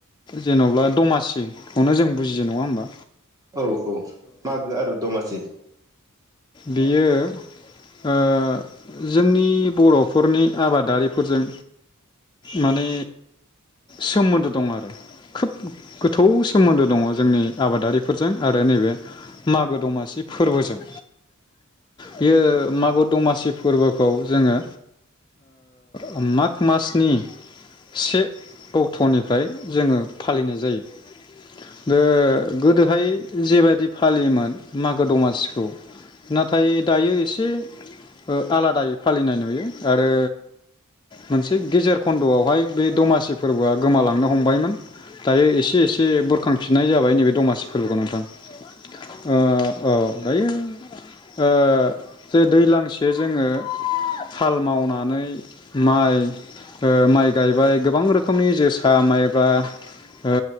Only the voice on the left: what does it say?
जेनबा दमासिखौनो जों बुजियो नङा होमबा?
बियो ओ जोंनि बर'फोरनि आबादारिफोरजों माने सोमोन्दो दं आरो खोब गोथौ सोमोन्दो दङ जोंनि आबादारिफोरजों आ रो नैबे मागो दमासि फोरबोजों बेयो मागो दमासि फोरबोखौ जोङो ओ माग मासनि से अक्ट'निफ्राय जोङो फालिनाय जायो। ओ गोदोहाय जेबायदि फालियोमोन मागो दमासिखौ नाथाय दायो एसे ओ आलादायै फालिनाय नुयो आरो मोनसे गेजेर खन्द'आवहाय बे दमासि फोरबोआ गोमालांनो हमबायमोन दायो एसे एसे बुरखांफिननाय जाबाय नैबे दमासि फोरबोखौ नोंथां। ओ औ दायो ओ जे दैलांसे जोङो हाल मावनानै माइ ओ माइ गायबाय गोबां रोखोमनि जोसा माइब्रा ओ